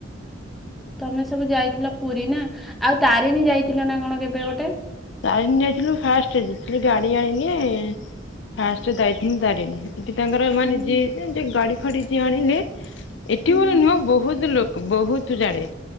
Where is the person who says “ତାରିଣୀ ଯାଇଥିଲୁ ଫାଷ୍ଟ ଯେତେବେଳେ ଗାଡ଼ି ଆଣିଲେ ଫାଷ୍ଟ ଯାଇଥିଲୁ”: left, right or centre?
Left